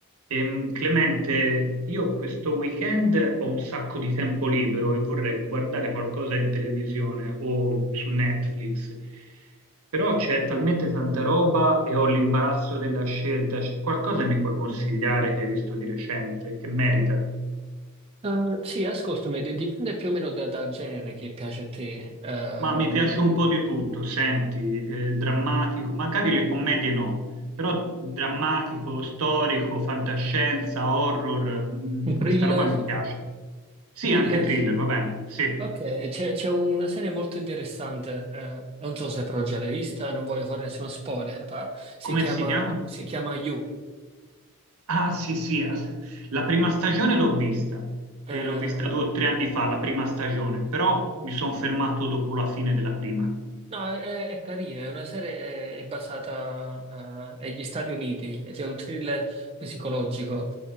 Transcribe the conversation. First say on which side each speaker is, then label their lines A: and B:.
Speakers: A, on the right; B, on the right.
A: Ehm, Clemente, io questo weekend ho un sacco di tempo libero e vorrei guardare qualcosa in televisione o su Netflix, però c'è talmente tanta roba e ho l'imbarazzo della scelta. C'è qualcosa che mi puoi consigliare che hai visto di recente, che merita?
B: Eh, sì, ascoltami, d- dipende più o meno da- dal genere che piace a te. Eh,
A: Ma mi
B: le-
A: piace
B: le-
A: un po' di tutto, senti, eh, drammatico, magari le commedie no, però drammatico, storico, fantascienza, horror, mm,
B: un thriller,
A: questa roba mi piace. Sì,
B: thriller.
A: anche thriller, va bene. Sì.
B: Ok, c'è c'è una serie molto interessante, eh, non so se però già l'hai vista, non voglio fare nessuno spoiler, ma si
A: Come
B: chiama,
A: si chiama?
B: si chiama You.
A: Ah, sì, sì. as- La prima stagione l'ho vista.
B: Eh,
A: Eh,
B: no,
A: l'ho vista due o tre anni fa, la prima stagione, però mi sono fermato dopo la fine della prima.
B: è, è carina, è una serie, è, è basata, eh, agli Stati Uniti ed è un thriller psicologico.